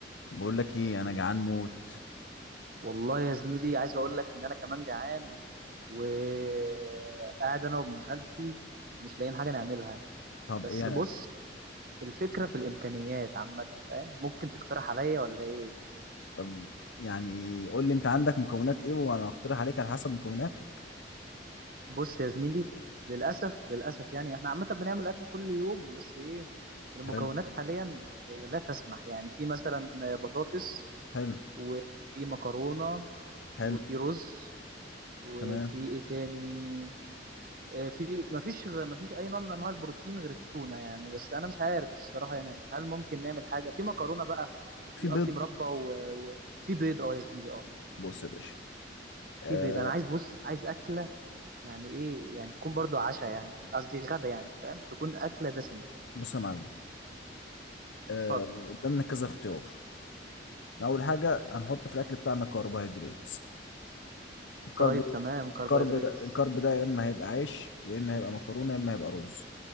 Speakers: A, on the left; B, on the right.
A: بقول لك ايه انا جعان موت
B: والله يا زميلي عايز اقول لك ان انا كمان جعان وقاعد انا وابن خالتي مش لاقيين حاجه نعملها
A: طب
B: بس
A: ايه
B: بص الفكره في الامكانيات عامه فاهم ممكن تقترح عليا ولا ايه
A: طب يعني قول لي انت عندك مكونات ايه وانا هقترح عليك على حسب مكوناتك
B: بص يا زميلي للاسف للاسف يعني احنا عامه بنعمل اكل كل يوم بس ايه المكونات
A: حلو
B: حاليا لا تسمح يعني في مثلا بطاطس
A: حلو
B: وفي مكرونه
A: حلو
B: وفي رز وفي
A: تمام
B: ايه تاني آه، في مفيش غ- مفيش اي نوع من انواع البروتين غير التونه يعني بس انا مش عارف الصراحه يعني هل ممكن نعمل حاجه في مكرونه بقى وفي
A: في بيض
B: قصدي مربى و- وفي بيض اه يا زميلي اه
A: بص يا باشا
B: في
A: آه
B: بيض انا عايز بص عايز اكله يعني ايه يعني تكون برضو عشاء يعني قصدي غدا يعني فاهم تكون اكله دسمه
A: بص يا معلم آه
B: اتفضل
A: قدامنا كذا اختيار اول حاجه هنحط في الاكل بتاعنا كربوهيدرات الكرب
B: طيب تمام كربوهيدرات
A: الكرب ده الكرب ده يا اما هيبقى عيش يا اما هيبقى مكرونه يا اما هيبقى رز